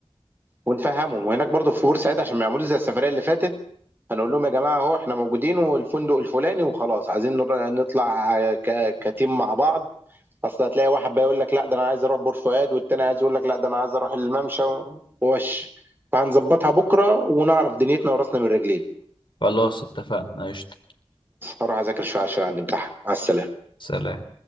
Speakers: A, on the right (about 20°); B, on the left (about 50°).
A: ونفهمهم وهناك برضو في بورسعيد عشان ما يعملوش زي السفريه اللي فاتت هنقول لهم يا جماعه اهو احنا موجودين والفندق الفلاني وخلاص عايزين نر- نطلع ك- كتيم مع بعض اصل هتلاقي واحد بقى يقول لك لا ده انا عايز اروح بور فؤاد والتاني عايز يقول لك لا ده انا عايز اروح الممشى و- ووش فهنظبطها بكره ونعرف دنيتنا وراسنا من رجلين
B: خلاص اتفقنا قشطة
A: هروح اذاكر شويه عشان عندي امتحان مع السلامه
B: سلام